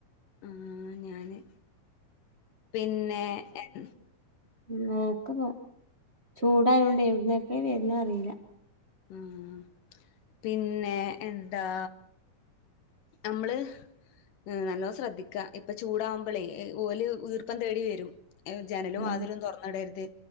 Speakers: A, on the left; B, on the right.
A: ആ ഞാന് പിന്നെ എഹ്
B: ന്നോക്കുവ ചൂടായോണ്ട് ന്നേ ക്കെ വര്ന്നേ അറീല
A: ആഹ് പിന്നെ എന്താ നമ്മള് ഏഹ് നല്ലോണം ശ്രദ്ധിക്ക ഇപ്പൊ ചൂടാവുമ്പോളേ എ ഓല് ഈർപ്പം തേടി വരും ജനലും
B: അതന്നെ
A: വാതിലും തുറന്നുടര്ത്